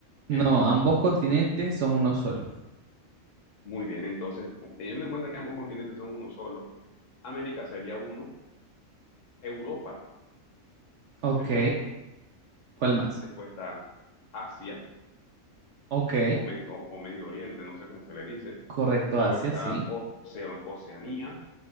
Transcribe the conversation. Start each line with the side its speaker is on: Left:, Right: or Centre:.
Right: No,
Left: ¿Eh?
Right: ambos continentes son uno solo.
Left: Muy bien, entonces, teniendo en cuenta que ambos continentes son uno solo, América sería uno, Europa
Right: Ok,
Left: sería otro,
Right: ¿cuál más?
Left: después está Asia
Right: Ok,
Left: o, Me- o- o Medio Oriente, no sé cómo se le dice,
Right: correcto,
Left: luego
Right: Asia,
Left: está
Right: sí.
Left: Oceo- Oceanía,